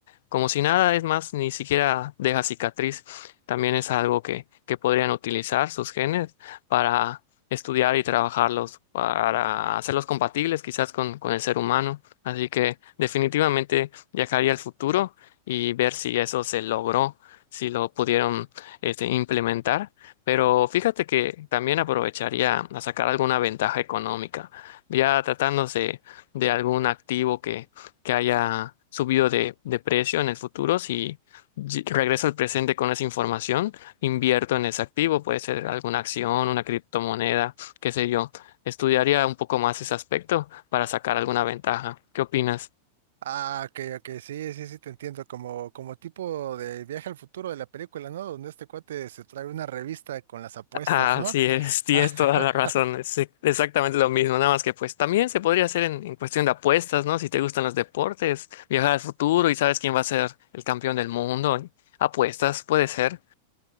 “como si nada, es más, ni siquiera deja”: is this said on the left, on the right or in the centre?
Left